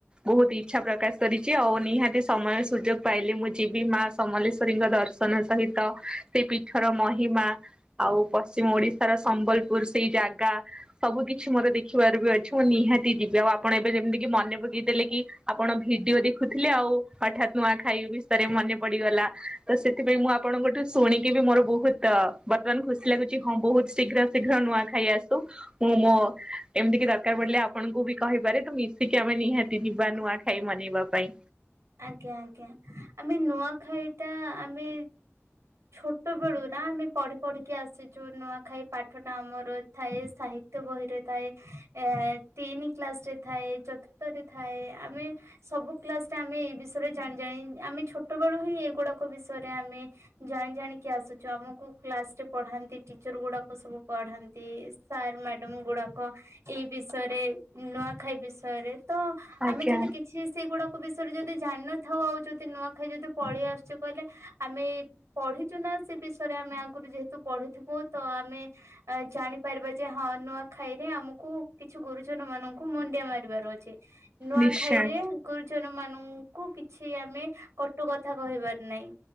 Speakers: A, on the right; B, on the right.
A: ବହୁତ୍ ଇଚ୍ଛା ପ୍ରକାଶ୍ କରିଚି ଆଉ ନିହାତି ସମୟସ୍ ସୁଯୋଗ୍ ପାଇଲେ ମୁଁ ଯିବି ମା ସମଲେଶ୍ଵରୀଙ୍କ ଦର୍ଶନ ସହିତ ସେ ପୀଠର ମହିମା ଆଉ ପଶ୍ଚିମ୍ ଓଡି଼ଶାର ସମ୍ବଲ୍ପୁର୍ ସେଇ ଜାଗା। ସବୁ କିଛି ମୋର ଦେଖିବାର୍ ବି ଅଛି ମୁଁ ନିହାତି ଯିବି ଆଉ ଆପଣ ଏବେ ଯେମ୍ତିକି ମନେ ପକେଇଦେଲେ କି? ଆପଣ ଭିଡିଓ ଦେଖୁଥିଲେ ଆଉ ହଠାତ୍ ନୂଆ ଖାଇ ବିଷୟରେ ମନେ ପଡିଗଲା ତ ସେଥିପାଇଁ ମୁଁ ଆପଣଙ୍କଠୁ ଶୁଣିକି ବି ମୋର ବହୁତ ବର୍ତ୍ତମାନ ଖୁସି ଲାଗୁଛି ହଁ ବହୁତ ଶୀଘ୍ର ଶୀଘ୍ର ନୂଆ ଖାଇ ଆସୁ। ମୁଁ ମୋ ଏମିତି କି ଦରକାର ପଡିଲେ ଆପଣଙ୍କୁ ବି କହିପାରେ ତ ମିଶିକି ଆମେ ନିହାତି ଯିବା ନୁଆ ଖାଇ ମନେଇିବା ପାଇଁ।
B: ଆଜ୍ଞା ଆଜ୍ଞା ଆମେ ନୂଆଖାଇଟା ଆମେ ଛୋଟ ବେଳୁ ନା ଆମେ ପଢି ପଢିକି ଆସିଛୁ ନୂଆଖାଇ ପାଠ ଟା ଆମର ଥାଏ ସାହିତ୍ ସାହିତ୍ୟ ବହିରେ ଥାଏ ଏ ତିନି କ୍ଲାସ ରେ ଥାଏ ଚତୁର୍ଥରେ ଥାଏ ଆମେ ସବୁ କ୍ଲାସଟା ଆମେ ଏଇ ବିଷୟରେ ଜାଣି ଜାଣି ଆମେ ଛୋଟ ବେଳୁ ହିଁ ଏଇଗୁଡାକ ବିଷୟରେ ଆମେ ଜାଣି ଜାଣିିକି ଆସୁଛୁ ଆମକୁ କ୍ଲାସ ରେ ପଢାନ୍ତି ଟିଚର ଗୁଡାକ ସବୁ ପଢାନ୍ତି ସାର୍ ମ୍ୟାଡାମ ଗୁଡାକ ଏଇ ବିଷୟରେ ନୂଆଖାଇ ବିଷୟରେ ତ
A: ଆଜ୍ଞା
B: ଆମେ ଯଦି କିଛି ସେଇଗୁଡା ବିଷୟରେ ଯଦି ଜାଣିନଥାଉ ଆଉ ଯଦି ନୂଆ ଖାଇ ଯଦି ପଳେଇ ଆସୁଛେ କହିଲେ ଆମେ ପଢିଛୁ ନା ସେ ବିଷୟରେ ଆମେ ଆଗରୁ ଯେହେତୁ ପଢିଥିବୁ ତ ଆମେ ଜାଣିପାରିବା ଯେ ହଁ ନୂଆ ଖାଇରେ ଆମକୁ କିଛି ଗୁରୁଜନ ମାନଙ୍କୁ ମୁଣ୍ଡିଆ ମାରିବାର ଅଛି। ନୂଆଖାଇରେ
A: ନିଶ୍ଚୟ।
B: ଗୁରୁ ଜନ୍ ମାନଙ୍କୁ କିଛି ଆମେ କଟୁ କଥା କହିବାର ନାହିଁ।